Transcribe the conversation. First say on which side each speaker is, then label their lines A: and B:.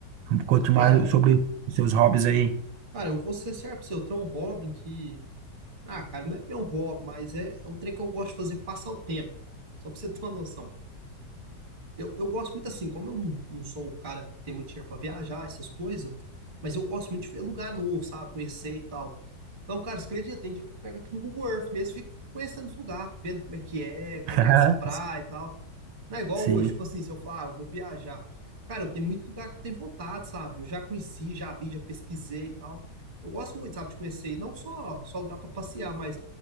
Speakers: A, on the right; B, on the right.
A: conte
B: Cara,
A: mais sobre os seus hobbies aí.
B: cara, eu vou ser certo pra você, eu tenho um hobby que Ah, cara, não é bem um hobby, mas é, é um trem que eu gosto de fazer passar o tempo. Só pra você ter uma noção. Eu, eu gosto muito assim, como eu não, não sou um cara que tem muito dinheiro pra viajar, essas coisas, mas eu gosto muito de ver lugar novo, sabe? Conhecer e tal. Então, cara, você acredita? Tem dia que eu pego aqui no Google Earth mesmo, fico conhecendo os lugares, vendo como é que é, como
A: <laughs>
B: é que é as praias e tal. Não é igual
A: Sim.
B: hoje, tipo assim, se eu falar, ah, eu vou viajar. Cara, eu tenho muito lugar que eu tenho vontade, sabe? Eu já conheci, já vi, já pesquisei e tal. Eu gosto muito, sabe, de conhecer, e não só, só lugar para passear, mas,